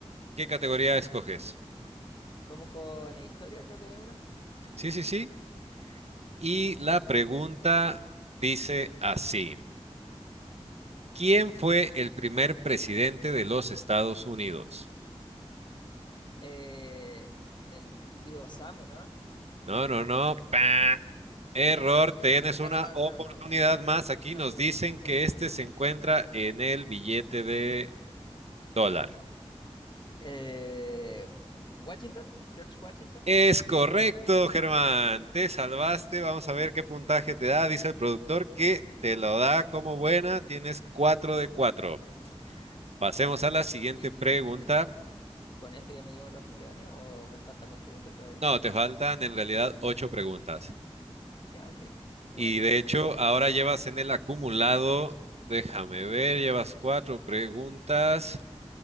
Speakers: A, on the right (about 70°); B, on the left (about 45°).
A: qué categoría escoges.
B: Vamos con historia, creo que había una.
A: Sí, sí, sí. Y la pregunta dice así. ¿Quién fue el primer presidente de los Estados Unidos?
B: Eh, el tío Sam, ¿o ¿no?
A: No, no, no. pa, Error,
B: No,
A: tienes
B: no,
A: una
B: no,
A: oportunidad
B: no, no, no.
A: más.
B: Dígame
A: Aquí nos
B: un
A: dicen
B: personaje.
A: que este se encuentra en el billete de dólar.
B: Eh, Washington, George Washington.
A: Es correcto, Germán. Te salvaste. Vamos a ver qué puntaje te da. Dice el productor que te lo da como buena. Tienes 4 de 4. Pasemos a la siguiente
B: Y
A: pregunta.
B: con esto ya me llevo los millones o me faltan más preguntas todavía.
A: No, te faltan en realidad 8 preguntas.
B: Ya, ok. Voy
A: Y
B: a tener
A: de hecho,
B: que
A: ahora llevas
B: calmar.
A: en el acumulado, déjame ver, llevas cuatro preguntas.